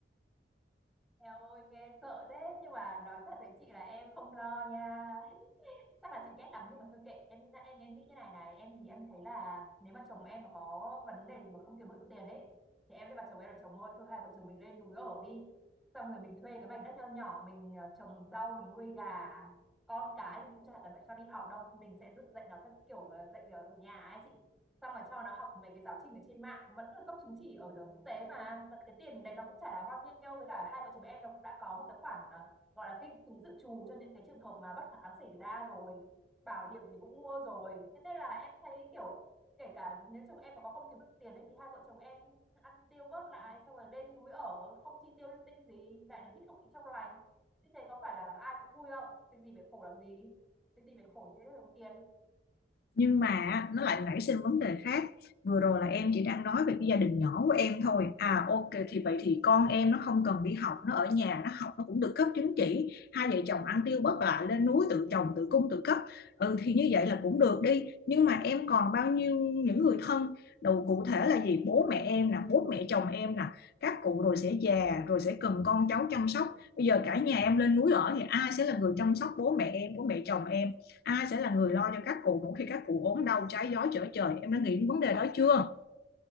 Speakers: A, in the centre; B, on the left.
A: Eo ơi nghe sợ thế nhưng mà nói thật với chị là em không lo nha chắc là chị ghét lắm nhưng mà thôi kệ em em em nghĩ như này này em thì em thấy là nếu mà chồng em mà có vấn đề gì mà không kiếm được tiền ấy thì em sẽ bảo chồng em là chồng ơi thôi hai vợ chồng mình lên núi ở đi xong rồi mình thuê cái mảnh đất nho nhỏ mình ờ, trồng rau mình nuôi gà con cái thì cũng chả cần phải cho đi học đâu mình sẽ dựng dạy nó theo kiểu ờ, dạy ở nhà ấy chị xong rồi cho nó học mấy cái giáo trình ở trên mạng vẫn là cấp chứng chỉ ở ờ, quốc tế mà Mà cái tiền đấy nó cũng chả đáng bao nhiêu với cả hai vợ chồng em nó cũng đã có một cái khoản ờ, gọi là kinh phí dự trù cho những cái trường hợp mà bất khả kháng xảy ra rồi bảo hiểm thì cũng mua rồi thế nên là em thấy kiểu kể cả nếu chồng em mà có không kiếm được tiền ấy thì hai vợ chồng em ăn tiêu bớt lại xong rồi lên núi ở không chi tiêu linh tinh gì lại được hít không khí trong lành như thế có phải là ai cũng vui không việc gì phải khổ làm gì việc gì phải khổ thì sẽ được đồng tiền
B: nhưng mà nó lại nảy sinh vấn đề khác vừa rồi là em chỉ đang nói về cái gia đình nhỏ của em thôi à ok thì vậy thì con em nó không cần đi học nó ở nhà nó học nó cũng được cấp chứng chỉ hai vợ chồng ăn tiêu bất lại lên núi tự trồng tự cung tự cấp ừ thì như vậy là cũng được đi nhưng mà em còn bao nhiêu những người thân đầu cụ thể là gì bố mẹ em nè bố mẹ chồng em nè các cụ rồi sẽ già rồi sẽ cần con cháu chăm sóc bây giờ cả nhà em lên núi ở thì ai sẽ là người chăm sóc bố mẹ em bố mẹ chồng em ai sẽ là người lo cho các cụ mỗi khi các cụ ốm đau trái gió trở trời em đã nghĩ đến vấn đề đó chưa